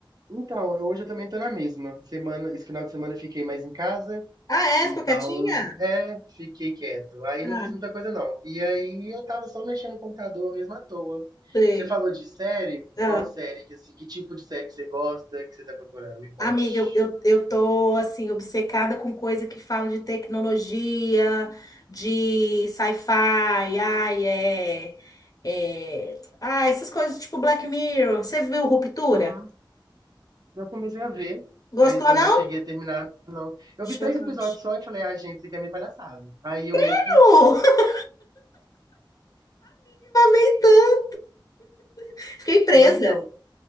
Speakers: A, on the right; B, on the left.
A: Então, eu- hoje eu também tô na mesma. Semana, esse final de semana eu fiquei mais em casa,
B: Ah,
A: então,
B: é? Ficou quietinha?
A: é, fiquei quieto. Aí
B: Ah,
A: não fiz muita coisa não. E aí eu tava só mexendo no computador mesmo à toa.
B: sei.
A: Você falou de série?
B: Ah,
A: Qual série? Que, assim, que tipo de série que você gosta, que você tá procurando? Me conte.
B: amiga, eu, eu, eu tô, assim, obcecada com coisa que fala de tecnologia, de sci-fi, ai, é, é... Ah, essas coisas tipo Black Mirror. Você viu Ruptura?
A: Uhum. Eu comecei a ver,
B: Gostou,
A: mas eu
B: não?
A: não cheguei a terminar. Eu
B: Chocante.
A: vi três episódios só e falei, ah, gente, isso aqui é meio palhaçada. Aí eu meio
B: <laughs>
A: que.
B: Uh, Fiquei presa.
A: Mas então,